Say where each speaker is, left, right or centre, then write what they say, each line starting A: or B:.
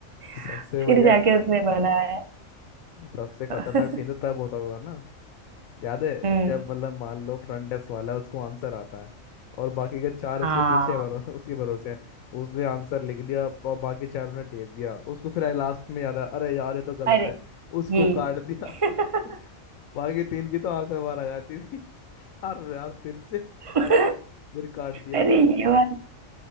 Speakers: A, on the right; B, on the left.
A: <laughs>
B: सबसे बढ़िया
A: फिर जाके उसने बनाया
B: सबसे खतरनाक
A: <laughs>
B: सीन तो तब होता था ना याद है
A: हम्म
B: जब मतलब मान लो फ्रंट डेस्क वाला है, उसको आंसर आता है और बाकी के चार
A: हाँ
B: उसके पीछे भरो <laughs> उसके भरोसे हैं उसने आंसर लिख लिया और बाकी चारों ने टेप दिया उसको फिर लास्ट में याद आया अरे यार ये तो गलत
A: अरे
B: है उसको
A: ये
B: काट दिया
A: <laughs>
B: <laughs> बाकी तीन की तो आंखें बाहर आ जाती थी <laughs> यार यार फिर से
A: अरे
B: फिर काट दिया
A: ये वाला